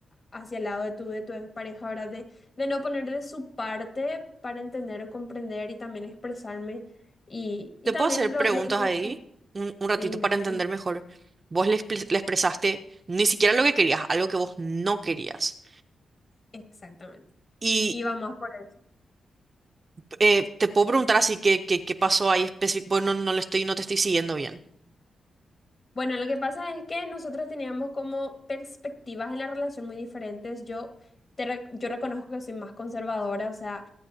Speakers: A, on the left; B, on the right.
A: hacia el lado de tu, de tu pareja, ¿verdad? De, de no poner de su parte para entender o comprender y también expresarme. Y, y
B: ¿Te
A: también
B: puedo hacer
A: lo,
B: preguntas
A: lo mío
B: ahí
A: es
B: un, un ratito
A: así, meterlo.
B: para entender mejor? Vos le, expres- le expresaste ni siquiera lo que querías, algo que vos no querías.
A: Exactamente.
B: Y
A: Y va más por eso.
B: eh, te puedo preguntar así que, que- qué pasó ahí específico. Bueno, no, no le estoy, no te estoy siguiendo bien.
A: Bueno, lo que pasa es que nosotros teníamos como perspectivas en la relación muy diferentes. Yo, te, re- yo reconozco que soy más conservadora, o sea,